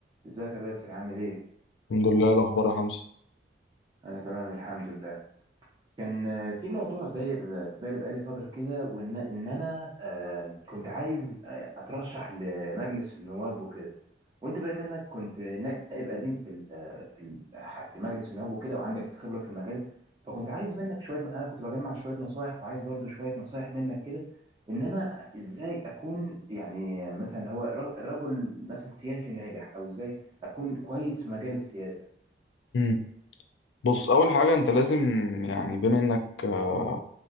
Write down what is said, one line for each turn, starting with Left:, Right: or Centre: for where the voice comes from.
Right: ازيك يا باسل عامل ايه؟
Left: الحمد لله إيه الأخبار يا حمزة
Right: انا تمام الحمد لله كان آه، في موضوع داير آه، في بالي بقالي فترة كده وان ان انا آه، كنت عايز آه، اترشح لمجلس النواب وكده وانت بما انك كنت نائب قديم في ال- آه، في ال- في مجلس النواب وكده وعندك خبرة في المجال فكنت عايز منك شوية انا كنت بجمع شوية نصايح وعايز برضو شوية نصايح منك كده ان انا ازاي اكون يعني آه، مثلا هو ر- رجل مثلا سياسي ناجح او ازاي اكون كويس في مجال السياسة
Left: امم بص أول حاجة أنت لازم يعني بما إنك آه،